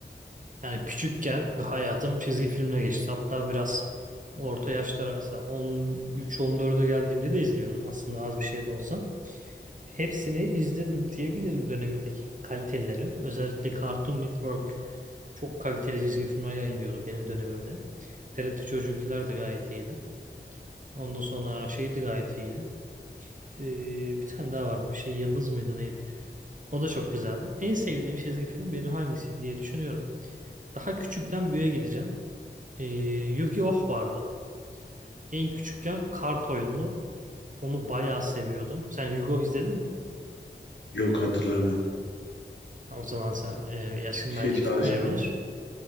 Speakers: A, on the right (about 45°); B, on the left (about 80°).
A: Yani küçükken hayatım çizgi filmle geçti. Hatta biraz orta yaşlara mesela 13-14'e geldiğimde de izliyordum aslında az bir şey de olsa. Hepsini izledim diyebilirim dönemindeki kaliteleri. Özellikle Cartoon Network çok kaliteli çizgi filmler yayınlıyordu benim dönemimde. TRT Çocuklar da gayet iyiydi. Ondan sonra şey de gayet iyiydi. Ee, bir tane daha vardı. Bir şey Yıldız mıydı neydi? O da çok güzeldi. En sevdiğim çizgi film benim hangisi diye düşünüyorum. Daha küçükten büyüğe gideceğim. Ee, Yu-Gi-Oh vardı. En küçükken kart oyununu. Onu bayağı seviyordum. Sen Yu-Gi-Oh izledin mi?
B: Yok hatırlamıyorum.
A: O zaman sen e, yaşın
B: Bir şey
A: belki
B: çağrıştırmadım.
A: tutmayabilir.